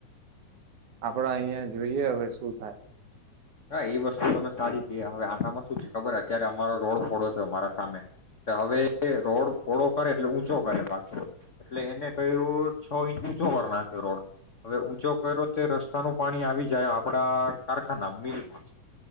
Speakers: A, on the right (about 75°); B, on the left (about 60°).
A: આપડા અહિયાં જોઈએ હવે શું <unintelligible>
B: હા એ વસ્તુ તમે સારી છે હવે આનામાં શું છે ખબર અત્યારે અમારો રોડ પહોળો થયો મારા સામે હવે રોડ ફોળો કરે એટલે ઊંચો કરે પાછો એટલે એને કર્યો છ ઇંચ ઊંચો પર નાખ્યો રોડ હવે ઊંચો કર્યો તે રસ્તાનું પાણી આવી જાય આપડા કારખાનામાં મીલમાં